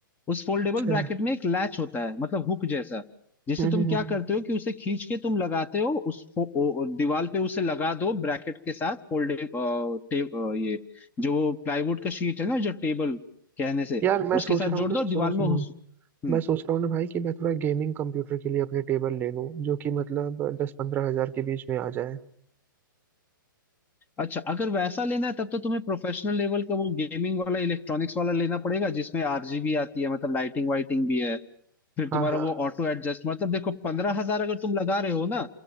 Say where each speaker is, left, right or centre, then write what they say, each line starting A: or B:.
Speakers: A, on the left; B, on the right.
A: उस फोल्डेबल
B: अच्छा
A: ब्रैकेट
B: हम्म
A: में एक लैच होता है मतलब हुक जैसा जिसे
B: हम्म,
A: तुम क्या
B: हम्म।
A: करते हो कि उसे खींच के तुम लगाते हो उस फो- ओ- दीवार पे उसे लगा दो ब्रैकेट के साथ फोल्डे अ, टे, अ, ये जो प्लाईवुड का शीट है ना जो टेबल कहने से
B: यार मैं
A: उसके
B: सोच
A: साथ
B: रहा हूँ
A: जोड़
B: ना
A: दो दीवार
B: सुनो सुनो
A: में उस- हम्म
B: मैं सोच रहा हूँ ना भाई कि मैं थोड़ा गेमिंग कंप्यूटर के लिए अपने टेबल ले लूँ जो कि मतलब दस पंद्रह हजार के बीच में आ जाए
A: अच्छा अगर वैसा लेना है तब तो तुम्हें प्रोफेशनल लेवल का वो गेमिंग वाला इलेक्ट्रॉनिक्स वाला लेना पड़ेगा जिसमें आरजीबी आती है मतलब लाइटिंग वाइटिंग भी है फिर
B: हाँ
A: तुम्हारा
B: हाँ
A: वो ऑटो एडजस्ट मतलब देखो पंद्रह हजार अगर तुम लगा रहे हो ना